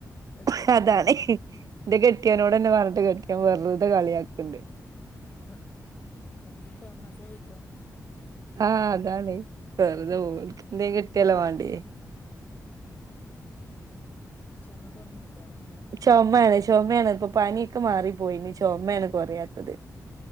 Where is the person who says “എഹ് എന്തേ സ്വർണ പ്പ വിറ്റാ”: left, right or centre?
Left